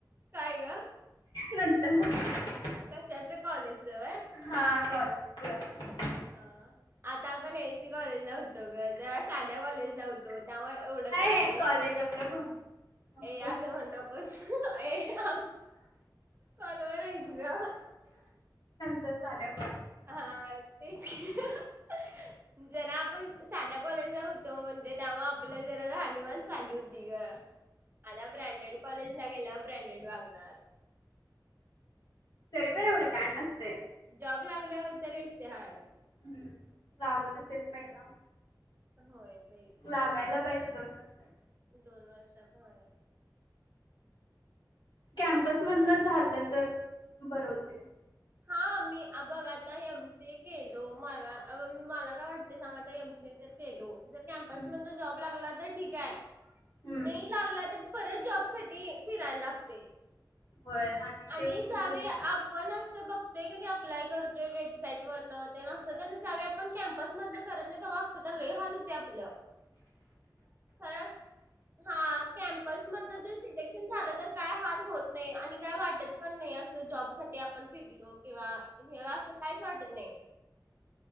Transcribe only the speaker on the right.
काय ग?
कशाच कॉलेज ग?
हा- आता आपण एफ सी कॉलेज ला होतो ग. तेव्हा साद- कॉलेजला होतो त्यामुळे एवढं काय
भारी?
ए असं म्हनु नकोस. <unintelligible> अ कॉलवर आहेस ना
हा -तेच की -जरा आपण साध्या कॉलेजला होतो म्हणजे त्यामुळ आपलं जरा राहनिमान साधी होती ग आता ब्रँडेड कॉलेजला गेल्यावर ब्रँडेड लागणार-
जॉब लागल्यावर तरी विषय हार्डये
होय. बाई
दोन वर्षात होय.
जात वयात
हा मी बघ आता एम सीए केलो मला मला काय वाटते सांगा आता एम सी ए जर केलो. जर कॅम्पस
मध जॉब लागला. तर ठीक आहे.
नाही लागला तर. परत जॉब साठी फिरायला लागते
आणि
ज्यावेळी
आपण बघतोय कणी अप्लाय करतोय वेबसाईट वरण ज्याव्या आपण कॅम्पस मधन करत नाही तेव्हा अक्षदा लय हाल होतय. ते आपलं खर हा. कॅम्पस मधन जर सिलेक्शन झालं तर काय हाल होत नाही आणि काय वाटत पण नाही असं जॉब साठी आपण फिरलो किंव्हा हे असं काहीच वाटत नाही